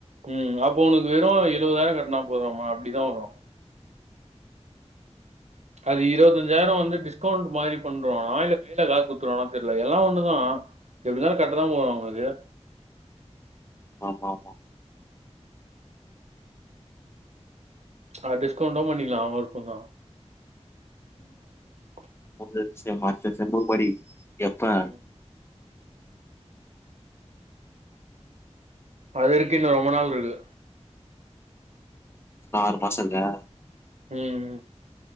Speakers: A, on the right; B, on the left.
A: ம் அப்போ உனக்கு வெறு எழவதாயிரோ கட்னா போதுமா அப்டிதா வரு அது இருவத்தஞ்சாயிரோ வந்து டிஸ்கவுண்ட் மாரி பண்றோனா இல்ல கையில காசு குட்த் குடுத்துருவனா தெர்ல எல்லா ஒண்ணுதா எப்டிந்தாலு கட்டதா போறோ அவுங்களுக்கு
B: ஆமா ஆமா
A: ஆ டிஸ்கவுண்டு பண்ணகிலா அவுங்க விருப்ப தா ம் ம்
B: ஒகே அரிசியம்மா அடுத்த செம்க்கு படி எப்ப
A: ம் அது இருக்கு இன்னு ரொம்ப நாள் இருக்கு
B: ஆறு மாசோ இருக்கா
A: ம்